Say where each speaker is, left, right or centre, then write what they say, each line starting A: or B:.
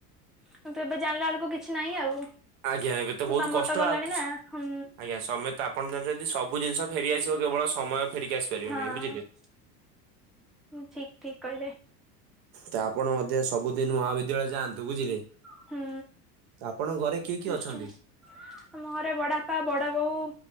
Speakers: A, in the centre; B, on the right.
A: କିନ୍ତୁ ଏବେ ଜାଣିଲା ଳକୁ କିଛି ନାହିଁ ଆଉ।
B: ଆଜ୍ଞା ଏବେ ତ
A: ସେ
B: ବହୁତ
A: ସମୟ
B: କଷ୍ଟ
A: ଗଲାଣି
B: ଆଉ କିଛି
A: ନା ହୁଁ
B: ଆଜ୍ଞା ସମେ ତ ଆପଣ ଜାଣିଛନ୍ତି ସବୁ ଜିନିଷ ଫେରି ଆସିବ କେବଳ ସମୟ ଫେରିକି ଆସି ଫେରିବ
A: ହଁ।
B: ନାଇଁ ବୁଝିଲେ।
A: ଠିକ ଠିକ କହିଲେ
B: ତା ଆପଣ ମଧ୍ୟ ସବୁଦିନ ମହାବିଦ୍ୟାଳୟ ଯାଆନ୍ତୁ ବୁଝିଲେ
A: ହୁଁ
B: ଆପଣଙ୍କ ଘରେ କିଏ କିଏ
A: ନିଶ୍ଚୟ
B: ଅଛନ୍ତି?
A: ଆମ ଘରେ ବଡପା ବଡ ବୋଉ